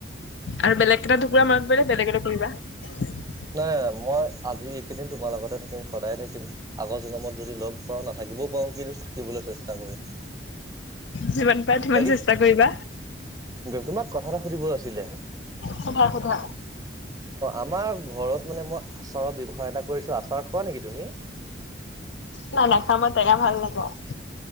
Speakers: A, on the left (about 85°); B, on the right (about 20°).
A: আৰু বেলেগ কেইটা টোকুৰা মনত পইলে বেলেগ এটা পুৰিবা <unintelligible>
B: নাই মই আজি এইকেইদিন তোমাৰ লগতে থাকিম সদায়ে থাকিম আগৰ জনমত যদি লগ পাওঁ নাথাকিম <unintelligible> থাকিব পাৰওঁ কিন্তু থাকিবলৈ চেষ্টা কৰিম
A: যিমান পাৰা সিমান
B: বাকী
A: চেষ্টা কৰিবা।
B: তোমাৰ <unintelligible> কথা এটা সুধিব আছিলে অ
A: সোধা সোধা
B: আমাৰ <unintelligible> ঘৰত মানে মই আচাৰৰ ব্যৱসায় এটা কৰিছো আচাৰ খোৱা নেকি তুমি
A: নাই নাখা মই তেঙা ভাল নাপ <unintelligible>